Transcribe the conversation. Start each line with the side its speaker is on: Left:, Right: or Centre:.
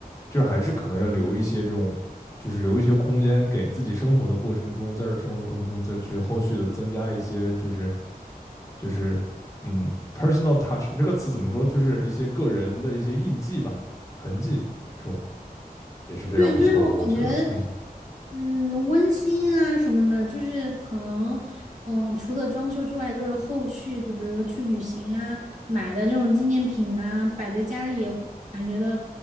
Left: 就是还是可能要留一些这种，就是留一些空间给自己生活的过程中，在这生活的过程中再去后续的增加一些，就是就是嗯，personal touch 这个词怎么说，就是一些个人的一些印记吧，痕迹这种也是非常不错的，
Right: 对，就是我感觉，
Left: 我觉得，嗯。
Right: 嗯，温馨啊什么的，就是可能，嗯，除了装修之外，就是后续就比如说去旅行啊，买的那种纪念品啊，摆在家里，感觉的